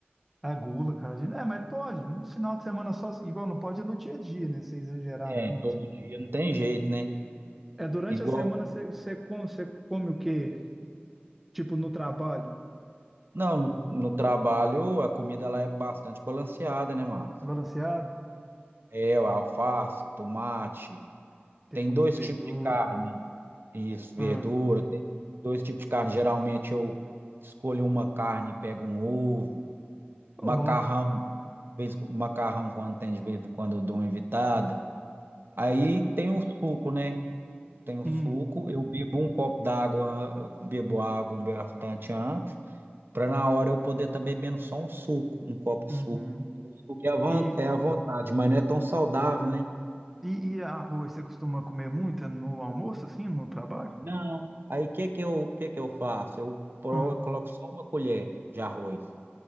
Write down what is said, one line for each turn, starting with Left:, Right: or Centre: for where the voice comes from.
Centre: A gula, cara. gente, É, mas pode, no final de semana só, igual não pode é no dia a dia, né? Você exagerar
Right: É,
Centre: muito.
Right: Todo dia, não tem jeito, né?
Centre: É, é durante
Right: Igual.
Centre: a semana você, você come, você come o quê? Tipo no trabalho?
Right: Não, no, no trabalho a comida lá é bastante balanceada, né, Márcio?
Centre: É Balanceado?
Right: É, o alface, tomate.
Centre: Tem
Right: Tem
Centre: muita
Right: dois
Centre: verdura.
Right: tipos de carne. Isso, verdura.
Centre: Ah,
Right: Tem dois tipos de carne. Geralmente eu escolho uma carne e pego um ovo.
Centre: oh,
Right: Macarrão, de vez- macarrão quando tem, de vez em quando eu dou uma evitada. Aí tem o suco, né? Tem o
Centre: hum,
Right: suco. Eu bebo um copo d'água, eu bebo água bastante antes, para na hora eu poder estar bebendo só um suco, um copo de
Centre: uhum.
Right: suco. O suco é à von-
Centre: E
Right: é à vontade, mas não é tão saudável, né?
Centre: E, e arroz, você costuma comer muito no almoço, assim, no trabalho?
Right: Não. Aí o que que eu, que que eu faço? Eu pro-
Centre: Ah.
Right: coloco só uma colher de arroz.